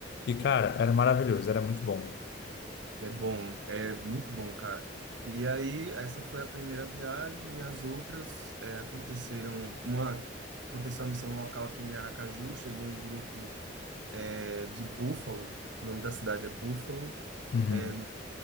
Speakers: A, on the left; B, on the right.
A: E cara, era maravilhoso, era muito bom.
B: É bom, é muito bom, cara. E aí, essa foi a primeira viagem. As outras é, aconteceram. Uma aconteceu uma missão local aqui em Aracaju. Chegou um grupo é, de Buffalo. O nome da cidade é Buffalo.
A: Uhum,
B: é,